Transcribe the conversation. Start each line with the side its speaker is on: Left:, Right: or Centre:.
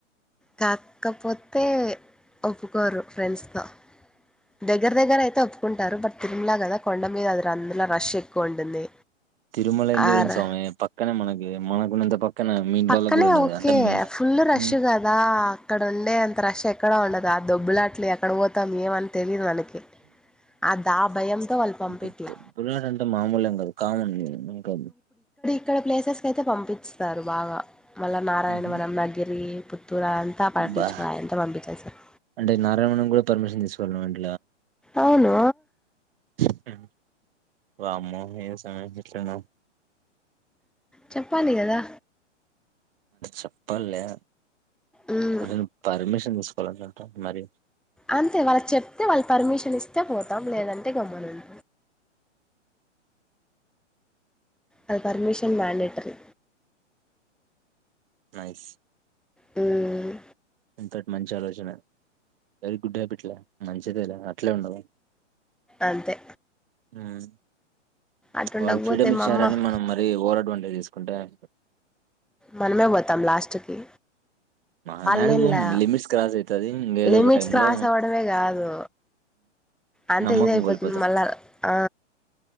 Centre: కాకపోతే ఒప్పుకోరు ఫ్రెండ్స్ తో దగ్గర దగ్గర అయితే ఒప్పుకుంటారు. బట్ తిరుమలా కదా కొండ మీద అది రాందులా రష్ ఎక్కువ ఉంటుంది.
Right: తిరుమల ఎన్ దూరం
Centre: ఆర్
Right: స్వామి. పక్కనే మనకి మనకున్నంత పక్కన మీ ఇంట్లోళ్ళకి
Centre: పక్కనే
Right: కూడా ఉండదు
Centre: ఓకే
Right: అంటే మీ
Centre: ఫుల్ రష్
Right: ఉమ్,
Centre: కదా అక్కడ ఉండే అంత రష్ ఎక్కడా ఉండదు ఆ దొబ్బులాట్లు ఎక్కడ పోతాం. ఏమని తెలిదు మనకి ఆదా భయం లో వాళ్ళు పంపియట్లే
Right: ఇంకా తొబ్బులాట అంటే మామూలేం కాదు కామన్ ఇంకా
Centre: ఇక్కడ ప్లేసెస్ కైతే పంపిస్తస్తారు బాగా మళ్ళా నారాయణవరం
Right: ఉహు.
Centre: నగిరి పుత్తూరు అంతా పట్టించుకో
Right: బా
Centre: అంతా పంపించేస్తారు
Right: అంటే నారాయణనం కూడా పర్మిషన్ దిసుకోవల్ అండి.
Centre: అవును
Right: హు వామో ఎమ్ సంగతి ఇట్లున్నావ్
Centre: చెప్పాలి గదా
Right: చెప్పాలే
Centre: ఉమ్,
Right: అద్ నువ్ పర్మిషన్ తీసుకోవాలంట మరి
Centre: అంతే వాళ్ళకి చెప్తే వాళ్ళ పర్మిషన్ ఇస్తే పోతాం లేదంటే గమనుడ్ అది పర్మిషన్ మాండేటరీ
Right: నైస్
Centre: హుహ్
Right: ఇంతట్ మంచి ఆలోచన వెరీ గుడ్ హ్యాబిట్లే మంచిదేలే అట్లే ఉండాలా
Centre: అంతే
Right: ఉహ్
Centre: అటుండకపోతే
Right: వాళ్ళు ఫ్రీడమ్ ఇచ్చారని
Centre: మా అమ్మ
Right: మనం మరి ఓవర్ అడ్వాంటేజ్ దిస్ ఉంటై అనుకో
Centre: మనమే బోతం లాస్ట్కి
Right: మనం యాడికి
Centre: లీలా
Right: పోం లిమిట్స్ క్రాస్ అయితది ఏదో
Centre: లిమిట్స్
Right: ఒక టైమ్
Centre: క్రాస్స్
Right: లో
Centre: అవ్వడమే గాదు. అంత
Right: నమ్మకం
Centre: ఇందైపోతోంది
Right: కోల్పోతాం
Centre: మళ్ళా ఆ